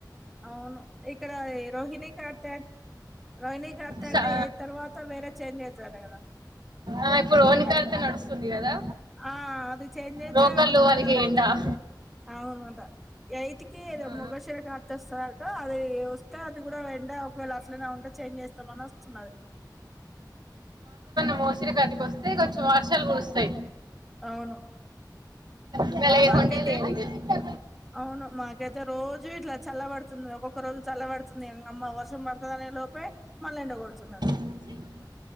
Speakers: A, in the centre; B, on the right.
A: అవును ఇక్కడ రోహిణి కార్తే రోహిణీ కార్తె
B: సా-
A: అంటే ఎయిట్ తర్వాత వేరే చేంజ్ అయితడట కదా
B: ఆ ఇప్పుడు రోహిణి కార్తే
A: అదే
B: నడుస్తుంది కదా
A: ఆ అది చేేంజ్ అయితే
B: రోకళ్ళు
A: కొంచెం
B: వాళ్ళకి
A: ఎండల్ తగుతయ్
B: ఎండ ఆ,
A: అవునటా ఎయిట్ కి ఏదో
B: ఆ,
A: మృగశిర కార్తె వస్తాదట అది వస్తే అది కూడా ఎండ వేళ అట్లనే ఉంటే చేంజ్ చేస్తామని వస్తున్నది
B: మృగశిరకార్తె కి వస్తె కొంచెం వర్షాలు కురుస్తయ్
A: అవును
B: ఇంకా లేకుంటే
A: మాకైతే
B: లేదు ఇక.
A: అవును మాకైతే రోజు ఇట్లా చల్ల పడుతుంది ఒక్కొక్క రోజు చల్లబడుతుంది హమ్మ వర్షం పడతదనే లోపే మళ్ళీ ఎండగొడుతున్నది
B: <unintelligible>